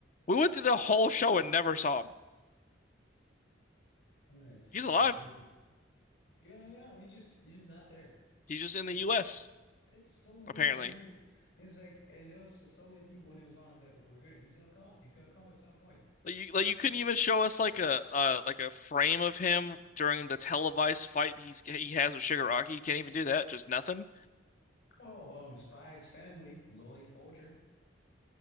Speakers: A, on the left; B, on the left.
A: We went through the whole show and never saw him.
B: Let's see.
A: He's alive.
B: I'm just yeah, yeah. He's just he's just not there.
A: He's just in
B: Like
A: the U.S.
B: it's so weird.
A: apparently.
B: We went. It's like and there was so many people when it was on. It's like we- we're gonna he's gonna come. He's gonna come at some point.
A: Like you, like
B: You
A: you
B: know?
A: couldn't even show us like a uh like a frame of him during the televised fight he's he has with Shigaraki. You can't even do that. Just nothing.
B: Oh, um, Spy X Family, Lloyd Folger.